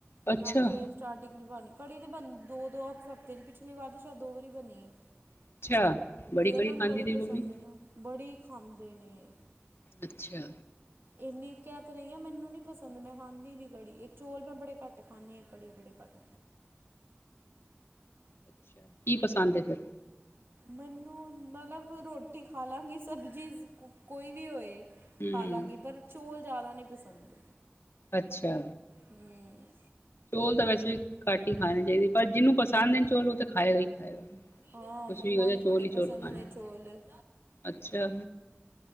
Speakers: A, on the left (about 65°); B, on the right (about 60°).
A: ਅੱਛਾ
B: ਹੁਣ ਅੱਜ ਫੇਰ ਸਟਾਰਟਿੰਗ ਜ ਬਣ ਕੜੀ ਤਾਂ ਬਣਦੀ ਦੋ ਦੋ ਹਫ਼ਤੇ ਚ ਪਿੱਛੇ ਪਿਛਲੀ ਵਾਰ ਸ਼ਾਇਦ ਦੋ ਵਾਰੀ ਬਣੀ ਏ,
A: ਅੱਛਾ, ਬੜੀ
B: ਕਿਓਂਕਿ ਇਹਨਾਂ
A: ਕੜੀ ਖਾਂਦੀ
B: ਨੂੰ ਬੜੀ
A: ਤੇਰੀ
B: ਪਸੰਦ
A: ਮੰਮੀ
B: ਐ ਨਾ। ਬੜੀ ਖਾਂਦੇ ਨੇ।
A: ਅੱਛਾ।
B: ਇੰਨੀ ਕਹਿ ਤੇ ਰਹੀ ਆ ਮੈਨੂੰ ਨੀ ਪਸੰਦ ਮੈਂ ਖਾਂਦੀ ਦੀ ਕੜੀ ਇਹ ਚੋਲ ਮੈਂ ਬੜੇ ਘੱਟ ਖਾਂਦੀ ਆ ਕੜੀ ਬੜੇ ਘੱਟ
A: ਅੱਛਾ ਕੀ ਪਸੰਦ ਹੈ ਫਿਰ
B: ਮੈਨੂੰ ਮਤਲਬ ਰੋਟੀ ਖਾ ਲਾਂਗੀ ਸਬਜ਼ੀ ਕੋਈ ਵੀ ਹੋਏ
A: ਹੂੰ
B: ਖਾਲਾਂਗੀ ਪਰ ਚੋਲ ਜ਼ਿਆਦਾ ਨੀ ਪਸੰਦ।
A: ਅੱਛਾ
B: ਹੂੰ
A: ਚੋਲ ਤਾਂ ਵੈਸੇ ਵੀ ਘੱਟ ਨਹੀ ਖਾਣੇ ਚਾਹੀਦੇ। ਪਰ ਜਿਹਨੂੰ ਪਸੰਦ ਨੇ ਚੋਲ ਉਹ ਤਾਂ ਖਾਏਗਾ ਹੀ ਖਾਏਗਾ,
B: ਹਾਂ ਹਾਂ
A: ਕੁਛ
B: ਮੰਮਾ
A: ਵੀ ਹੋ ਜਾ
B: ਨੂੰ
A: ਚੋਲ
B: ਬੜੇ
A: ਹੀ
B: ਪਸੰਦ
A: ਚੋਲ ਖਾਣੇ,
B: ਨੇ ਚੌਲ ਹੂੰ
A: ਅੱਛਾ